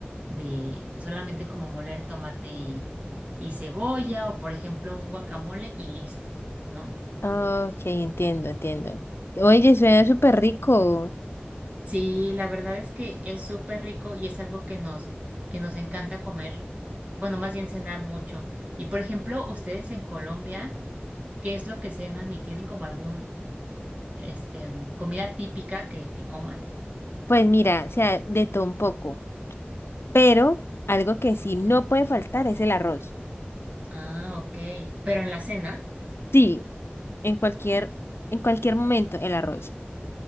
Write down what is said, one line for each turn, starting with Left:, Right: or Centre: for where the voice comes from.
Right: de solamente como moler tomate y, y cebolla, o por ejemplo, un guacamole y listo, ¿no?
Left: ok, entiendo, entiendo. Oye, suena súper rico.
Right: Sí, la verdad es que es súper rico y es algo que nos, que nos encanta comer, bueno, más bien cenar mucho. Y por ejemplo, ustedes en Colombia, ¿qué es lo que cenan y tienen como algún, este, comida típica que, que coman?
Left: Pues mira, o sea, de todo un poco. Pero algo que sí no puede faltar es el arroz.
Right: Ah, ok. Pero en la cena,
Left: Sí, en cualquier, en cualquier momento, el arroz.